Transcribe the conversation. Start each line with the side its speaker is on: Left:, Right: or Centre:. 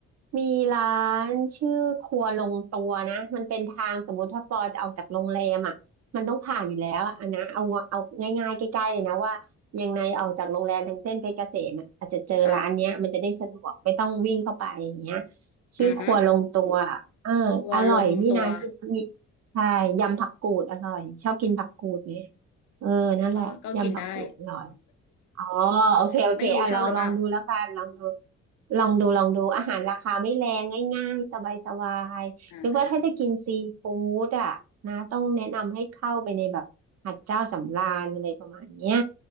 Right: มีร้านชื่อครัวลงตัวนะมันเป็นทางสมมติถ้าปอจะออกจากโรงแรมอ่ะมันต้องผ่านอยู่แล้วอะอันนะเอาเอาง่ายๆใกล้ๆเลยนะว่ายังไงออกจากโรงแรมทางเส้นเพชรเกษมอะอาจจะเจอร้านเนี้ยมันจะได้สะดวกไม่ต้องวิ่งเข้าไปอย่างเงี้ย
Left: ค่ะ
Right: ชื่อครัวลงตัว
Left: อือฮึ
Right: อ่าอร่อยที่นากินมี
Left: วัวลงตัว
Right: ใช่ยำผักกูดอร่อยชอบกินผักกูดไหมเออนั่นแหละยำผักกูดอร่อย
Left: ก็ก็กินได้
Right: อ๋อโอเคโอเคอ่ะลองลองดูแล้วกันลองดู
Left: <laughs> ไม่รู้ชอบหรือเปล่า
Right: ลองดูลองดูอาหารราคาไม่แรงง่ายๆสบายสบายหรือว่าถ้าจะกินซีฟู้ดอ่ะนะต้องแนะนำให้เข้าไปในแบบหัดเจ้าสำราญอะไรประมาณเนี้ย
Left: อ่า